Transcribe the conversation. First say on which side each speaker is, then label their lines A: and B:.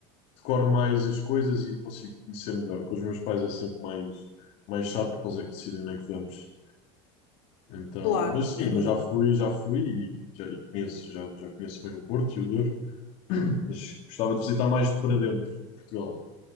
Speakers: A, on the left; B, on the left.
A: decoro mais as coisas e consigo conhecer melhor. Com os meus pais é sempre mais, mais chato, porque eles é que decidem onde é que vamos. Então,
B: claro,
A: mas sim,
B: é verdade,
A: mas já fui, já fui e já e conheço, já, já conheço bem o Porto e o Douro, <clears throat> mas gostava de visitar mais para dentro de Portugal.